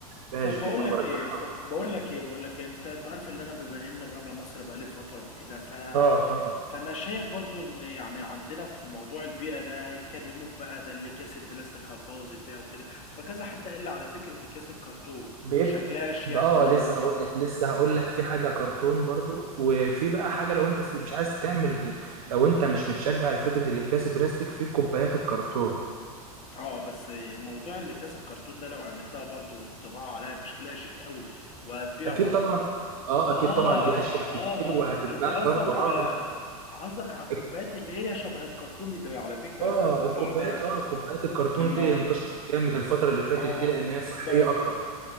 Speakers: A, on the right (about 65°); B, on the left (about 35°).
A: مفيهاش
B: طب بقول
A: دي ما
B: لك
A: برجحها
B: ايه ب- بقول لك ايه بقول لك إيه؟ انت انت عارف ان انا بما ان بره مصر بقالي فتره وكده ف
A: اه اه
B: فانا شايف برضو ان يعني عندنا في موضوع البيئه ده هيكلموك بقى ده اللي كاس البلاستيك هتبوظ البيئه وكده فكذا حد قال لي على فكره اكياس الكرتون
A: بيبقى
B: شكلها شيك
A: اه
B: وما
A: لسه هقول لك لسه هقول لك في حاجه كرتون برضو وفي بقى حاجه لو انت مش عايز تعمل لو انت مش متشجع لفكره الاكياس البلاستيك في كوبايات الكرتون
B: اه بس موضوع اللي كاس الكرتون ده لو عملتها برضو والطباعه عليها بشكلها شيك قوي وهتبيع
A: اكيد
B: برضو
A: طبعا اه
B: واه
A: اكيد طبعا دي اشيك
B: اه
A: بكتير وهتتباع
B: اه انت قصدك
A: برضو
B: على
A: اه
B: قصدك على الكوبايات
A: آه.
B: اللي هي شبه الكرتون ده على فكرة
A: اه
B: ده الموضوع
A: الكوبايات
B: ده
A: اه كوبايات الكرتون
B: المو
A: دي انتشرت جامد الفترة اللي فاتت
B: اه
A: دي لأنها صحية
B: ب...
A: أكتر